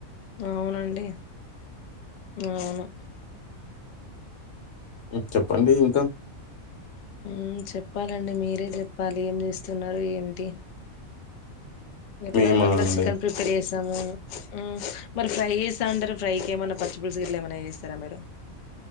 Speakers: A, on the left (about 75°); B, on the left (about 55°).
A: అవునండి అవును
B: ఊ చెప్పండి ఇంకా
A: ఊ చెప్ప ప్పాలండి మీరే చెప్పాలి ఏం చేస్త తూన్నారు ఏంటి ఎట్లా
B: మేమా
A: అట్లా
B: అండి
A: చికెన్ ప్రిపర్ చేస్ ఊ మరి ఫ్రై చేస్తా అంటారు ఫ్రైకి ఏమన్నా పచ్చి పులుసు ఇట్ల ఏమైన చేస్తారా మీరు